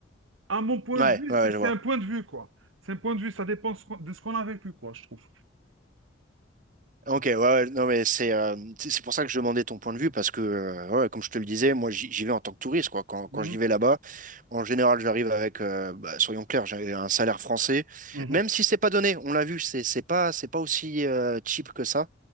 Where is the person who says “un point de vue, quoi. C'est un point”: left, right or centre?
Right